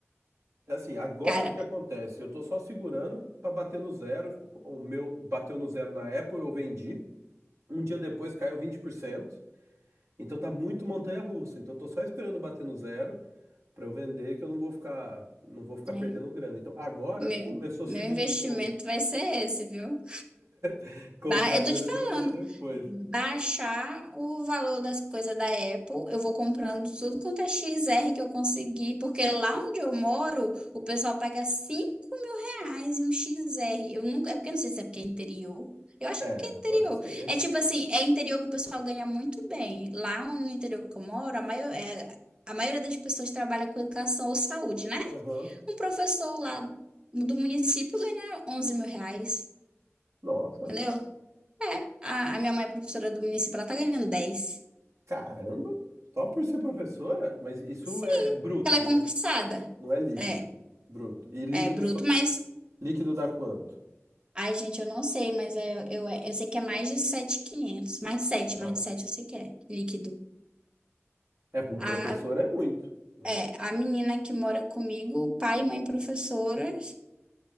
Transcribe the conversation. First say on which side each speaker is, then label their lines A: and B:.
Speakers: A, on the right; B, on the right.
A: Assim, agora
B: <laughs> Cara,
A: o que acontece? Eu tô só segurando pra bater no zero. O meu bateu no zero na Apple, eu vendi. Um dia depois caiu vinte por cento Então tá muito montanha-russa. Então eu tô só esperando bater no zero para eu vender, que eu não vou ficar, não vou ficar
B: né?
A: perdendo grana. Então agora
B: Meu,
A: começou a
B: meu
A: subir
B: investimento
A: de novo.
B: vai ser esse, viu?
A: <laughs> Comprar
B: Ba- Eu tô
A: coisa
B: te falando,
A: para vender depois.
B: baixar o valor das coisas da Apple, eu vou comprando tudo quanto é XR que eu conseguir, porque lá onde eu moro, o pessoal paga 5 mil reais em um XR. Eu nunca, é porque eu não sei se é porque é interior. Eu acho
A: É,
B: que é porque é interior.
A: pode ser.
B: É tipo assim, é interior que o pessoal ganha muito bem. Lá no interior que eu moro, a maior, é, a maioria das pessoas trabalha com educação ou saúde, né?
A: Aham.
B: Um professor lá do município ganha 11 mil reais,
A: Nossa,
B: entendeu? A, a minha mãe é professora do município, ela tá ganhando dez
A: caramba. Só por ser professora? Mas isso
B: Sim,
A: é bruto,
B: ela é
A: né?
B: concursada.
A: Não é líquido.
B: É,
A: Bruto. E líquido,
B: é bruto,
A: só-
B: mas.
A: líquido dá quanto?
B: Ai, gente, eu não sei, mas é- eu, é, eu, sei que é mais de sete mil e quinhentos Mais de 7,
A: Tá.
B: mais de 7 eu sei que é líquido.
A: É, para um
B: A,
A: professor é muito. É,
B: é, a menina que mora comigo, o pai e mãe professoras,